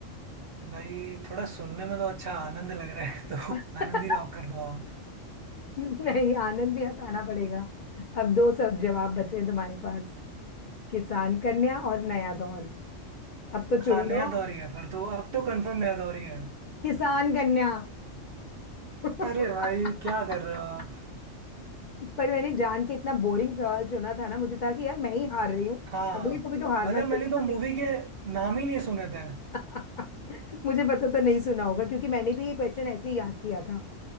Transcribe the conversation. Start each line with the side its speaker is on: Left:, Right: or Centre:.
Right: भाई थोड़ा सुनने में तो अच्छा आनंद लग रहा है <laughs> तो
Left: <laughs>
Right: आनंद ही लॉक कर दो आप
Left: नहीं आनंद भी हटाना पड़ेगा अब दो सब जवाब बचे हैं तुम्हारे पास किसान कन्या और नया दौर अब तो चुन
Right: हाँ नया
Left: लो
Right: दौर ही है फिर तो अब तो कंफर्म नया दौर ही है
Left: किसान कन्या <laughs>
Right: अरे भाई क्या कर रहे हो आप
Left: पर मैंने जान के इतना बोरिंग सवाल चुना था ना मुझे था कि यार मैं ही हार रही हूँ
Right: हाँ
Left: अगले को भी तो हारना
Right: मतलब
Left: चाहिए
Right: मैंने तो
Left: कभी
Right: मूवी के नाम ही नहीं सुने थे
Left: <laughs> मुझे पता तो नहीं सुना होगा क्योंकि मैंने भी ये क्वेश्चन ऐसे ही याद किया था